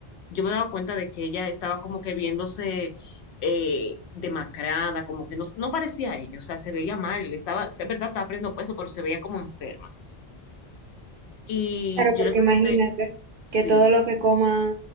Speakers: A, on the left; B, on the right.
A: yo me daba cuenta de que ella estaba como que viéndose eh, demacrada, como que no, no parecía a ella, o sea, se veía mal, estaba, de verdad estaba perdiendo peso, pero se veía como enferma. Y
B: Claro,
A: yo
B: porque
A: le pregunté
B: imagínate
A: si
B: que todo lo que coma...